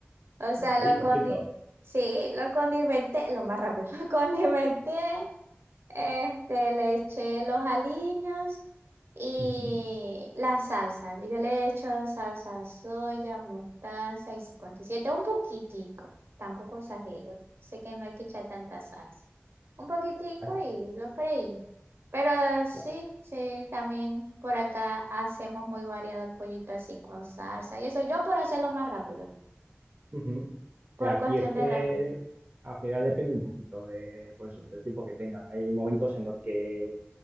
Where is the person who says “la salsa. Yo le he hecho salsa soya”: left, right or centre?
Right